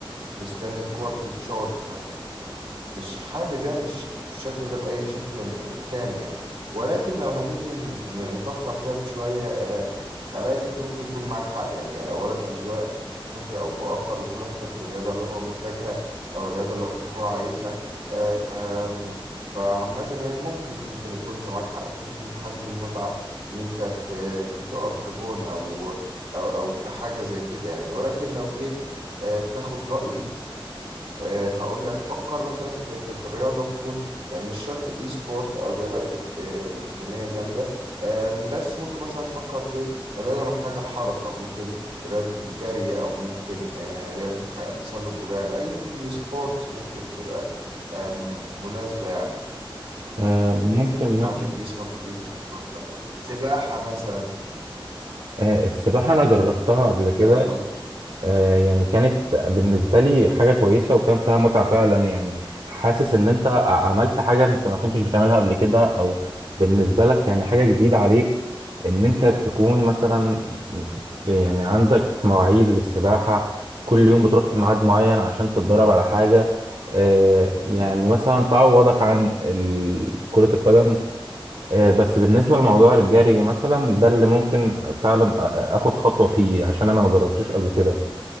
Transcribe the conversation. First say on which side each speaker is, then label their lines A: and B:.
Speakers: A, on the right (about 80°); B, on the right (about 65°).
A: مستني الكورة تتشاط مش حابب يعني الش- الشكل ده بأي شكل إن إن كان يعني ولكن لو هنيجي ن- ن- نفكر فيها بشوية آه، ألاقي إن أنت ممكن يكون معاك حق يعني أولا أذواق بشكل أو بآخر وكل واحد بياخد الرياضة اللي هو محتاجها أو الرياضة اللي هو عايزها آم، فعامة يعني ممكن ممكن يكون أنت معاك حق في حتة إن أنت حاسس بالمتعة إن أنت ت- ت- تقف كجون أو أو أو كحاجة زي كده يعني ولكن لو جيت آه، تاخد رأيي آه، هقول لك فكر مثلا في في, في الرياضه تكون آه، مش شرط اي سبورت او رياضه إلكت- آه، الكترونيه جامده آم، بس ممكن مثلا تفكر في رياضه محتاجه حركه ممكن رياضه الجري او ممكن آه، رياضه ح- تسلق جبال اي سبورت ممكن تبقى آه، مناسبه يعني
B: آه،
A: آه،
B: ممكن
A: لحركه
B: مثلا
A: جسمك وتديك نشاط. سباحه مثلا
B: آه، السباحه انا جربتها قبل كده
A: فاهم قصدي
B: آه، يعني كانت بالنسبة لي حاجة كويسة وكان فيها متعة فعلا يعني حاسس ان انت ع- عملت حاجة انت ما كنتش بتعملها قبل كده او بالنسبة لك يعني حاجة جديدة عليك ان انت تكون مثلا يعني عندك مواعيد للسباحة كل يوم بتروح في ميعاد معين عشان تتدرب على حاجة آه، يعني مثلا تعوضك عن ال- كرة القدم آه، بس بالنسبة لموضوع الجري مثلا ده اللي ممكن فعلا أ- أ- اخد خطوة فيه عشان انا ما جربتوش قبل كده